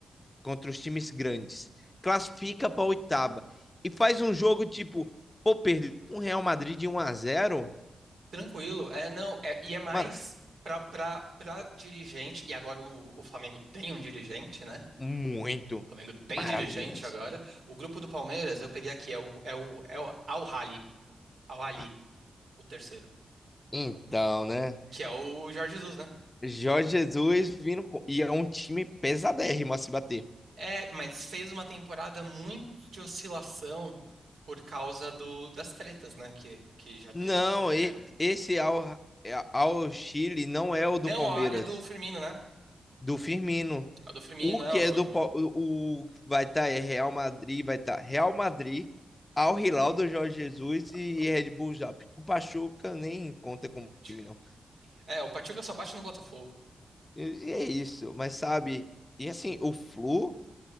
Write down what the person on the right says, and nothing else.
Tranquilo. É, não, é- e é mais
pra, pra, pra dirigente, e agora o, o Flamengo tem um dirigente, né?
O Flamengo tem
dirigente agora. O grupo do Palmeiras, eu peguei aqui, é o, é o, é o Al-Ahly, Al-Ahly,
o terceiro,
que é o Jorge Jesus, né?
É, mas fez uma temporada muito de oscilação por causa do, das tretas, né? Que, que, já der,
que já deram.
Não,
a ali é do Firmino, né?
A do Firmino,
é,
foi
o.
Ah,
sei lá,
Pachuca.
É, o Pachuca só bate no Botafogo.